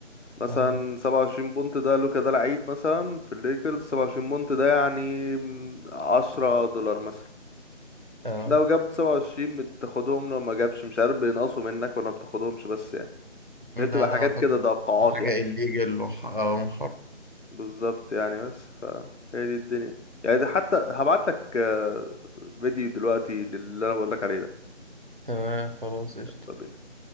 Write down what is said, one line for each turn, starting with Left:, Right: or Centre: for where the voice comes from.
Left: مثلا
Right: آه.
Left: 27 بونت ده لوكا ده لعيب مثلا في الليكرز 27 بونت ده يعني م، 10 دولار مثلا
Right: آه.
Left: لو جاب 27 بتاخدهم لو ما جابش مش عارف بينقصوا منك ولا ما بتاخدهمش بس يعني
Right: لا
Left: هي بتبقى
Right: لا
Left: حاجات
Right: اعتقد
Left: كده توقعات
Right: حاجة
Left: يعني
Right: الليجل وحرام
Left: بالظبط يعني بس فهي دي الدنيا يعني ده حتى هبعت لك آه، فيديو دلوقتي للي انا بقول لك عليه ده
Right: تمام خلاص قشطة
Left: يلا بينا